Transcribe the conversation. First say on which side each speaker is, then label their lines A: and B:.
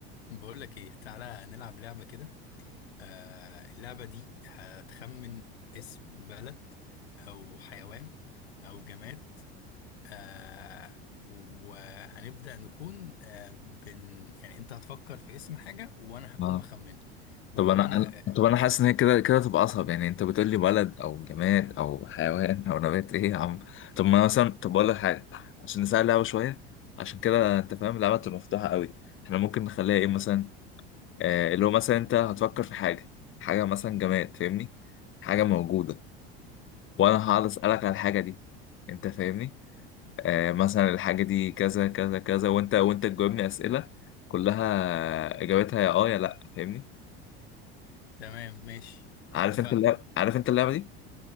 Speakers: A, on the left (about 80°); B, on the left (about 40°).
A: بقول لك ايه تعالى نلعب لعبة كده آه اللعبة دي هتخمن اسم بلد او حيوان او جماد آه وهنبدأ نكون آه بن يعني انت هتفكر في اسم حاجة وانا هكون
B: اه
A: بخمنها ولو
B: طب انا
A: انا
B: أنا-
A: آه
B: طب انا حاسس ان هي كده كده تبقى اصعب يعني انت بتقول لي بلد او جماد او حيوان او نبات ايه يا عم طب ما أنا مثلا طب اقول لك حاجه عشان نسال اللعبه شويه عشان كده انت فاهم اللعبه تبقى مفتوحه قوي احنا ممكن نخليها ايه مثلا آه اللي هو مثلا انت هتفكر في حاجه حاجه مثلا جماد فاهمني حاجه موجوده وانا هقعد اسالك على الحاجه دي انت فاهمني آه مثلا الحاجه دي كذا كذا كذا وانت وانت تجاوبني اسئله كلها اجابتها يا اه يا لا فاهمني
A: تمام ماشي
B: عارف
A: اتفقنا
B: انت اللعب عارف انت اللعبه دي